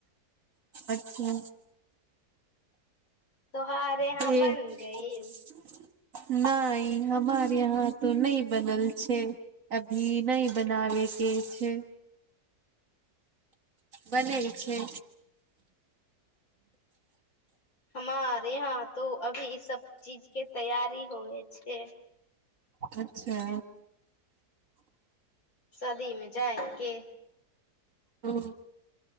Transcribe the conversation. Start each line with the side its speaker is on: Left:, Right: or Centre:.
Right: अच्छा
Left: तोहार यहाँ
Right: ह <unintelligible>
Left: बन गइल
Right: नहि हमार यहाँ तो नै बनल छै अभी नहि बनाबे से छै बनै छै
Left: मार यहाँ तो अभी ई सब चीज के तैयरी होबे छै
Right: अच्छा
Left: शादीमे जायके
Right: ओ